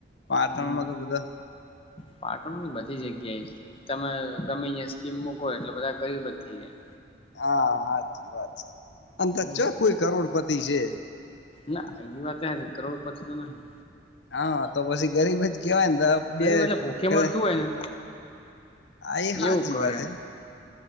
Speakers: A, on the left (about 80°); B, on the left (about 30°).
A: પાટણમાં
B: હમ
A: તો બધા.
B: પાટણની બધી જગ્યાએ છે તમે ગમે ઈયા સ્કીમ મૂકો એટલે બધા ગરીબ જ થઈ જાય.
A: હા હાચી વાત છે. અન તા
B: હમ
A: ચ્યા કોઈ કરોડપતિ છે.
B: ના એ વાતે હાચી કરોડ પતી તો નહી.
A: હા તો પછી ગરીબ જ કેહેવાય ને તો બે
B: ગરીબ
A: <inaudible>
B: એટલે ભૂખે મરતું હોય ને
A: આ એ હાચી
B: એવું કરે
A: વાત
B: એમ.
A: હે